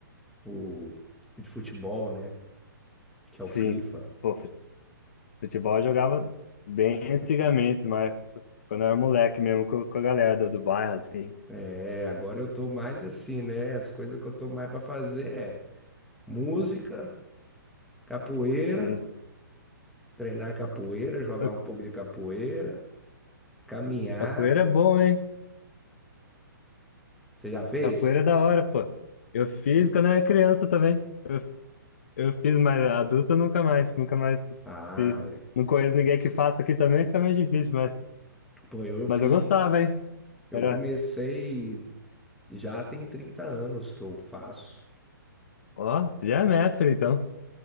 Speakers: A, in the centre; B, on the left.
A: o, o de futebol, né? Que é o
B: Sim.
A: FIFA.
B: Pô, fu- futebol eu jogava bem antigamente, mas. Quando eu era moleque mesmo, com, com a galera do, do bairro, assim.
A: É, agora eu tô mais assim, né? As coisas que eu tô mais pra fazer é música, capoeira,
B: Sim.
A: treinar capoeira, jogar
B: Pô,
A: um pouco de capoeira, caminhada.
B: Capoeira é bom, hein?
A: Você já fez?
B: Capoeira é da hora, pô. Eu fiz quando eu era criança também. Eu, eu fiz, mas adulto eu nunca mais, nunca mais
A: Ah,
B: fiz.
A: é.
B: Não conheço ninguém que faça aqui também, fica meio difícil, mas,
A: Pô, eu
B: mas
A: fiz.
B: eu gostava, hein?
A: Eu
B: Era,
A: comecei já tem 30 anos que eu faço.
B: ó, você já é mestre, então.